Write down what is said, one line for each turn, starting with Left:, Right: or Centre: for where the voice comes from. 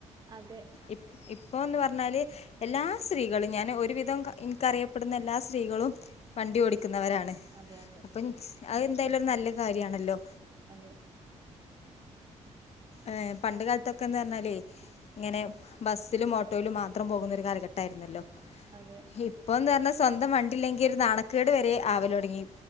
Right: അതെ
Left: ഇ ഇപ്പോ എന്ന് പറഞ്ഞാല് എല്ലാ സ്ത്രീകളും ഞാൻ ഒരുവിധം എനിക്കറിയപ്പെടുന്ന എല്ലാ സ്ത്രീകളും വണ്ടി ഓടിക്കുന്നവരാണ്
Right: അതെ
Left: അപ്പം അത് എന്തായാലും ഒരു നല്ല കാര്യമാണല്ലോ
Right: അതെ
Left: ഏ് പണ്ട് കാലത്തൊക്കെന്ന് പറഞ്ഞാല് ഇങ്ങനെ
Right: അതെ അതെ
Left: ബസ്സിലും ഓട്ടോയിലും മാത്രം പോകുന്ന രു കാലഘട്ടായിരുന്നല്ലോ
Right: അതെ അതെ
Left: ഇപ്പന്ന് പറഞ്ഞാൽ സ്വന്തം വണ്ടില്ലെങ്കിൽ ഒരു നാണക്കേട് വരെ ആവല തുടങ്ങി